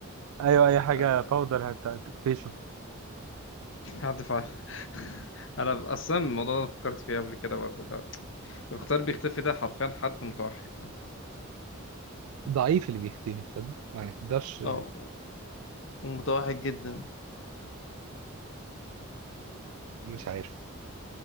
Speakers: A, on the right; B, on the left.
A: ايوه اي حاجه
B: آه،
A: باودر هتقفشه
B: ههدف عليه <laughs> أنا أصلا الموضوع ده أنا فكرت فيه قبل كده برضه ده المختار بيختفي ده حرفيا حد متوحد يعني
A: ضعيف اللي بيختفي تصدق ما يقدرش
B: اه ومتوحد جدا
A: مش عارف